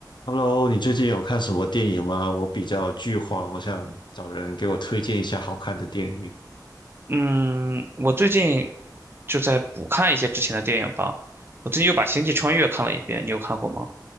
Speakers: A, on the left; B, on the right.
A: Hello，你最近有看什么电影吗？我比较剧荒，我想找人给我推荐一下好看的电影。
B: 嗯，我最近就在补看一些之前的电影吧。我最近又把《星际穿越》看了一遍，你有看过吗？